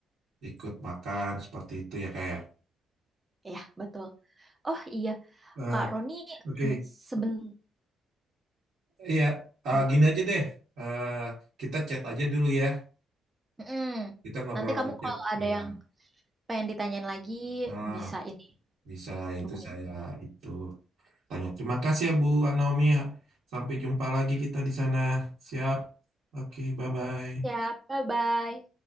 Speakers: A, on the right; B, on the right.
A: ikut makan seperti itu ya kayak.
B: Iya, betul. Oh iya,
A: Eh,
B: Kak Roni
A: Oke,
B: eh, sebelum
A: Iya, eh,
B: ya.
A: gini aja deh. Eh, kita chat aja dulu ya.
B: Mm-mm.
A: Kita ngobrol
B: Nanti
A: lewat
B: kamu
A: chat.
B: kalau ada
A: Nah,
B: yang pengen ditanyain lagi
A: ah,
B: bisa ini
A: bisa itu
B: hubungin
A: saya
B: aku.
A: itu. Tanya. Terima kasih ya Bu Naomi. Sampai jumpa lagi kita di sana. Siap. Oke, bye-bye.
B: Ya, bye-bye.